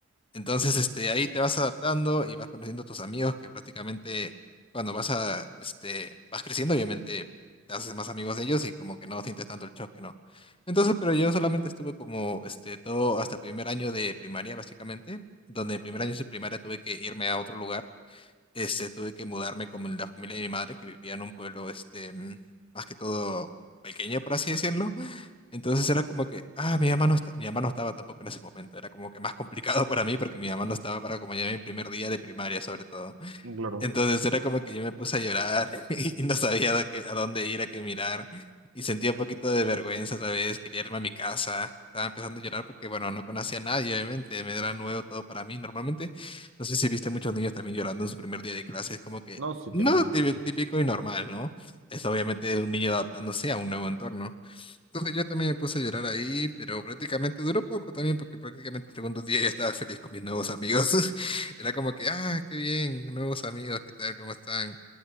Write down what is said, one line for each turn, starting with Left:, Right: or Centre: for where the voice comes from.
Left: Entonces, este, ahí te vas adaptando y vas conociendo a tus amigos que prácticamente cuando vas a, este, vas creciendo, obviamente te haces más amigos de ellos y como que no sientes tanto el choque, ¿no? Entonces, pero yo solamente estuve como, este, todo hasta primer año de primaria, básicamente, donde en primer año de primaria tuve que irme a otro lugar este, tuve que mudarme con la familia de mi madre, que vivía en un pueblo, este, mm, más que todo pequeño, por así decirlo. Entonces era como que, ah, mi mamá no está- mi mamá no estaba tampoco en ese momento. Era como que más complicado <laughs> para mí porque mi mamá no estaba para acompañarme en mi primer día de primaria, sobre todo.
Right: Claro.
Left: Entonces era como que yo me puse a llorar <laughs> y no sabía a, qué- a dónde ir, a qué mirar. Y sentía un poquito de vergüenza, ¿sabes? Quería irme a mi casa. Estaba empezando a llorar porque, bueno, no conocía a nadie, obviamente. Me era nuevo todo para mí. Normalmente, no sé si viste muchos niños también llorando en su primer día de clase. Es como que,
Right: No, sí
Left: no,
Right: tiene sentido.
Left: tí- típico y normal, ¿no? Es obviamente un niño adaptándose a un nuevo entorno. Entonces yo también me puse a llorar ahí, pero prácticamente duró poco también, porque prácticamente el segundo día ya estaba feliz con mis nuevos amigos. <laughs> Era como que, ah, qué bien, nuevos amigos, ¿qué tal? ¿Cómo están?